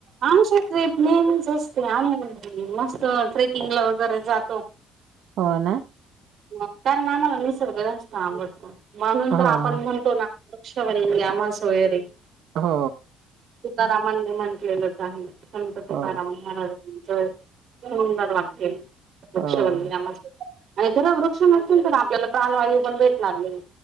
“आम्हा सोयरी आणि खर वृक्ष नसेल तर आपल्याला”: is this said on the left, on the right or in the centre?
Right